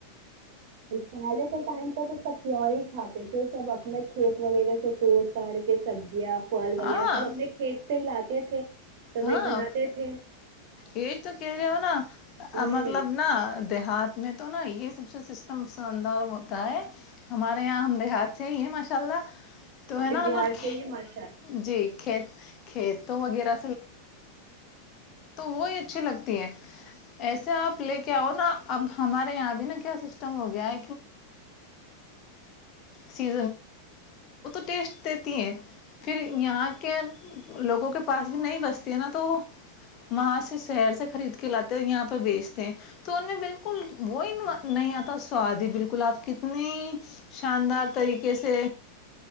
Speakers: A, on the right; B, on the left.
A: پہلے کے ٹائم پہ تو سب پیور ہی کھاتے تھے سب اپنے کھیت وغیرہ سے توڑ تاڑ کے سبزیاں فل وغیرہ
B: ہاں
A: سب اپنے کھیت سے ہی لاتے یہ تھے <inaudible> وہی
B: ہاں
A: بناتے تھے
B: یہ تو کہہ رہے ہو نا
A: ہوں
B: مطلب نا دیہات میں تو نا یہ سب سسٹم اندر ہوتا ہے ہمارے یہاں ہم دیہات سے ہی ہیں ماشاء اللہ تو
A: ہم
B: ہے
A: بھی
B: نا مطلب
A: بہار سے ہی ماشاء
B: جی کھیت کھیت وغیرہ ہی ا ایسے آپ آ ن ہمارے یہ سیا سی ٹیس دیتی ہیںھر یہ کے لوگا نہیں بچتی ہے نا تو وہاں سے شہر سے خرید کے لاتے یہاں پہ بیچتے تو ان میں بالکل وہ نہیں آتا سواد ہی بالکل آپ کتنی شاندار طریقے سے